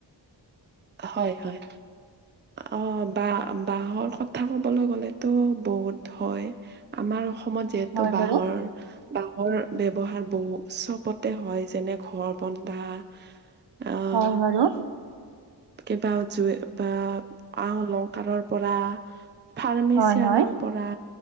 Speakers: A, on the right; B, on the right.
A: হয়, হয়। অ' বাহ বাহৰ কথা ক'বলৈ গ'লেতো বহুত হয় আমাৰ অসমত যিহেতু
B: হয়
A: বাহৰ,
B: বাৰু
A: বাহৰ ব্যৱহাৰ বহু উৎসৱতে হয় যেনে ঘৰ বন্ধা, আহ
B: হয়, বাৰু।
A: কিবা জুই বা আহ অলংকাৰৰ পৰা ফানিৰ্চিয়াৰৰ
B: হয় হয়
A: পৰা